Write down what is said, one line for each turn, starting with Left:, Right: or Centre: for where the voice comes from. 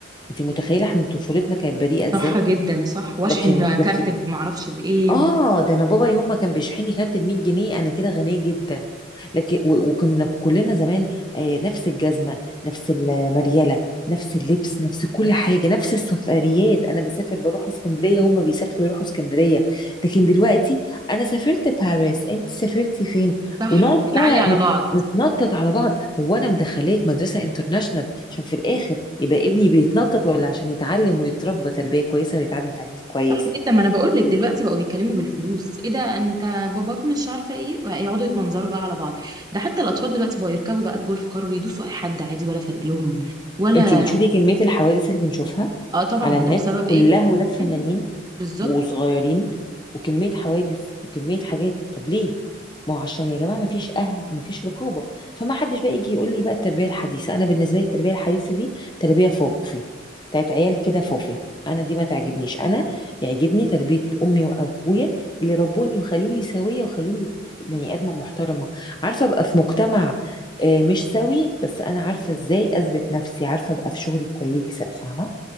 Left: انت متخيله احنا طفولتنا كانت بريئه ازاي
Right: صح جدا صح واشحن
Left: لكن
Right: كارت
Left: لكن
Right: ما اعرفش بايه
Left: اه
Right: و-
Left: ده انا بابا يوم ما كان بيشحني كارت ب 100 جنيه انا كده غنيه جدا لكن و- وكنا كلنا زمان آه نفس الجزمه نفس المريله نفس اللبس نفس كل حاجه نفس السفريات انا بسافر بروح اسكندريه هم بيسافروا يروحوا اسكندريه لكن دلوقتي انا سافرت باريس انت سافرتي فين
Right: صح
Left: ونقعد
Right: نعلي
Left: بقى
Right: على
Left: نت-
Right: بعض
Left: نتنطط على بعض هو انا مدخلاك مدرسه انترناشونال عشان في الاخر يبقى ابني بيتنطط ولا عشان يتعلم ويتربى تربيه كويسه ويتعلم تعليم كويس
Right: صح جدا ما انا بقول لك دلوقتي بقوا بيتكلموا بالفلوس ايه ده انت باباك مش عارفه ايه يقعدوا يتمنظروا بقى على بعض ده حتى الاطفال دلوقتي بقوا يركبوا بقى الجولف كار ويدوسوا اي حد عادي ولا فارق لهم ولا
Left: انتي بتشوفي كمية الحوادث اللي بنشوفها
Right: اه طبعا
Left: على
Right: ما
Left: النت
Right: ده بسبب
Left: كلها
Right: ايه
Left: ولاد فنانين
Right: م؟ بالظبط
Left: وصغيرين وكمية حوادث وكمية حاجات طب ليه؟ ما هو عشان يا جماعة ما فيش أهل ما فيش رقابة فما حدش بقى يجي يقول لي بقى التربية الحديثة أنا بالنسبة لي التربية الحديثة دي تربية فوفي بتاعت عيال كده فوفي أنا دي ما تعجبنيش أنا يعجبني تربية أمي وأبويا اللي ربوني وخلوني سوية وخلوني بني آدمة محترمة عارفة أبقى في مجتمع آه، مش سوي بس انا عارفه ازاي اثبت نفسي عارفه ابقى في شغلي كويسه فاهمه